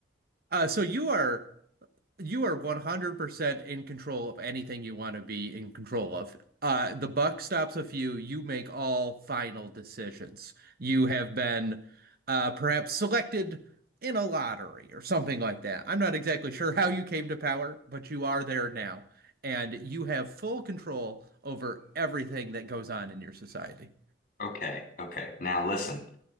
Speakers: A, on the right; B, on the left.
A: Uh so you are You are 100% in control of anything you want to be in control of. Uh, the buck stops with you. You make all final decisions. You have been uh, perhaps selected in a lottery or something like that. I'm not exactly sure how you came to power, but you are there now. And you have full control over everything that goes on in your society.
B: Okay, okay. Now listen.